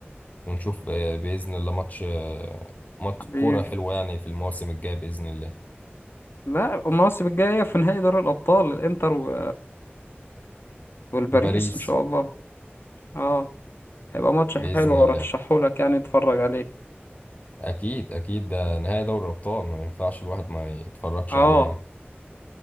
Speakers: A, on the left (about 40°); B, on the left (about 65°).
A: ونشوف آه، باذن الله ماتش آه، ماتش
B: ناشئ
A: كوره حلوه يعني في المواسم الجايه باذن الله
B: لا المواسم الجاية في نهائي دوري الأبطال الإنتر و... والباريس
A: وباريس
B: إن شاء الله اه هيبقى ماتش
A: باذن
B: حلو
A: الله
B: أرشحهولك يعني تتفرج عليه
A: اكيد اكيد ده نهائي دوري الابطال ما ينفعش الواحد ما يتفرجش
B: اه
A: عليه يعني